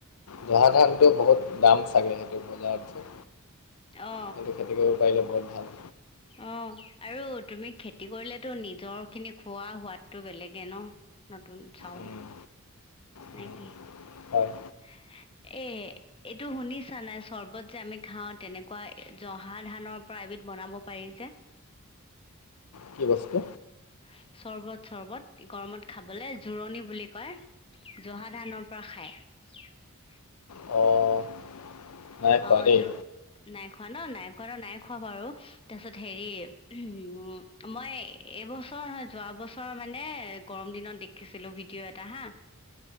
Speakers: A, on the left (about 80°); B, on the left (about 25°).
A: জহা ধানতটো বহুত দাম চাগে সেইটো বজাৰত
B: অ
A: সেইটো খেতি কৰিব পাৰিলে বৰ ভাল
B: অ আৰু তুমি খেতি কৰিলেতো নিজৰ খিনি খোৱা সোৱাদটো বেলেগে ন নতুন চাউল,
A: উম, উম,
B: নেকি?
A: হয়।
B: <unintelligible> এ এইটো শুনিছা নাই চৰ্বত যে আমি খাওঁ তেনেকুৱা জহা ধানৰ পৰা এবিধ বনাব পাৰি যে।
A: কি বস্তু?
B: <unintelligible> চৰ্বত চৰ্বত, গৰমত খাবলৈ জোৰণি বুলি কয়, জহা ধানৰ পৰা খাই। <unintelligible>
A: অ। নাই
B: অ
A: খোৱা দেই।
B: জো- নাই খোৱা ন নাই খোৱা ন নাই খোৱা বাৰু তাৰপিছত হেৰি উ মই এবছৰ যোৱা বছৰ মানে গৰম দিনত দেখিছিলো ভিডিঅ' এটা হা অ